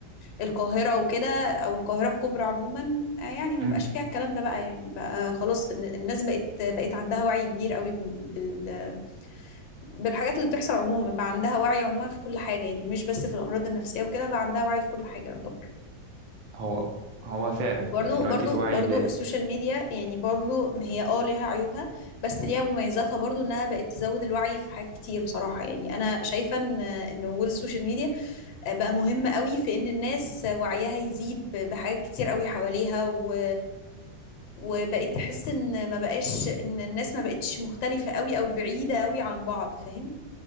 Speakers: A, on the left (about 80°); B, on the right (about 85°).
A: القاهرة وكده أو القاهرة الكبرى عموما آه، يعني ما
B: مم.
A: بقاش فيها الكلام ده بقى يعني بقى خلاص الن- الناس بقت بقت عندها وعي كبير قوي بال... بال- بالحاجات اللي بتحصل عموما بقى عندها وعي عموما في كل حاجة يعني مش بس في الأمراض النفسية وكده بقى عندها وعي في كل حاجة يعتبر
B: هو هو فعلا
A: برضو
B: يعني دلوقتي
A: برضو
B: الوعي
A: برضو
B: زاد
A: السوشيال ميديا يعني برضو ما هي اه ليها عيوبها بس ليها مميزاتها برضو انها بقت تزود الوعي في حاجات كتير بصراحة يعني انا شايفة ان ان وجود السوشيال ميديا بقى مهم قوي في ان الناس وعيها يزيد ب- بحاجات كتير قوي حواليها و... وبقيت تحس ان ما بقاش ان الناس ما بقتش مختلفة قوي او بعيدة قوي عن بعض فاهم